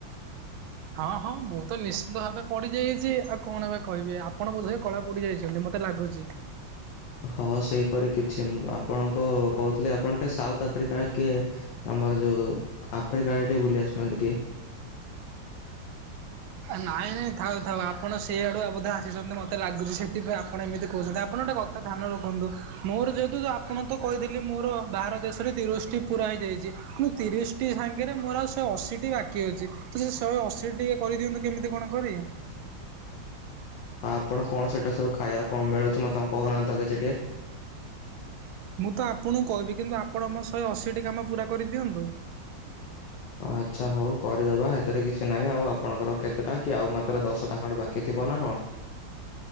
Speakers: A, on the right; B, on the left.
A: ହଁ ହଁ ମୁଁ ତ ନିଶ୍ଚିନ୍ତ ଭାବେ ପଡିଯାଇଛି ଆଉ କଣ ଏବା କହିବି ଆପଣ ବୋଧେ। କଳା ପୋଡି ଯାଇଛନ୍ତି ମତେ ଲାଗୁଛି।
B: ହଁ ସେଇପରି କିଛି ଆପଣଙ୍କ କହୁଥିଲେ ଆପଣ ଟେ ସାଉଥ ଆଫ୍ରିକା କିଏ ଆମର ଯୋଉ ଆଫ୍ରିକା ଟିକେ ବୁଲି ଆସୁନାହାନ୍ତି ଟିକେ।
A: ନାଇଁ ନାଇଁ ଥାଉ ଥାଉ ଆପଣ ସେଇଆଡୁ ବୋଧେ ଆସିଛନ୍ତି ମତେ ଲାଗୁଛି ସେ। ଏଥିପାଇଁ ଆପଣ ଏମିତି କହୁଛନ୍ତି ଆପଣ ଗୋଟେ କଥା ଧ୍ୟାନ ରଖନ୍ତୁ। ମୋର ଯେହେତୁ ଆପଣ ତ କହିଥିଲେ ମୋର ବାହାର ଦେଶରେ ତିରିଶଟି ପୁରା ହେଇଯାଇଛି। ମୁଁ ତିରିଶ ଟି ସାଙ୍ଗରେ ମୋର ଆଉ ସେ ଅଶୀଟି ବାକି ଅଛି ତ ସେ ଶହେ ଅଶୀ ଟିଏ କରିଦିଅନ୍ତୁ କେମିତି କଣ କରି।
B: ହଁ ଆପଣ କଣ ସେଟା ସବୁ ଖାଇବା କଣ ମିଳୁଛି ମତେ ତେ କହୁନାହାନ୍ତି ତ କିଛି ଟିକେ।
A: ମୁଁ ତ ଆପଣଙ୍କୁ କହିବି କିନ୍ତୁ ଆପଣ ମୋ ଶହେ ଅଶୀଟି କାମ ପୁରା କରିଦିଅନ୍ତୁ।
B: ଆଚ୍ଛା ହଉ କରିଦବା ଏଥିରେ କିଛି ନାହିଁ ଆଉ ଆପଣଙ୍କର କେତେଟା କି ଆଉ ମାତ୍ର ଦଶଟା ଖଣ୍ଡେ ବାକି ଥିବ ନା କଣ।